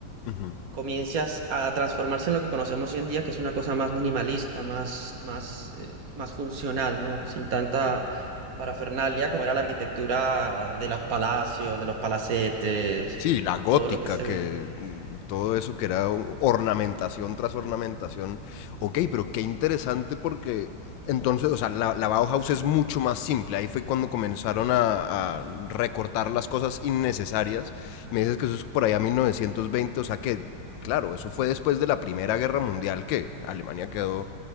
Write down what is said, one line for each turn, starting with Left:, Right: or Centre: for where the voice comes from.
Left: ujú.
Right: comienzas a transformarse en lo que conocemos hoy en día, que es una cosa más minimalista, más, más, eh, más funcional, ¿no? Sin tanta parafernalia como era la arquitectura de los palacios, de los palacetes,
Left: Sí, la gótica,
Right: todo lo que se
Left: que
Right: ven.
Left: mm, todo eso que era un- ornamentación tras ornamentación. Ok, pero qué interesante porque entonces, o sea, la, la Bauhaus es mucho más simple. Ahí fue cuando comenzaron a, a recortar las cosas innecesarias. Me dices que eso es por allá 1920, o sea que, claro, eso fue después de la Primera Guerra Mundial que Alemania quedó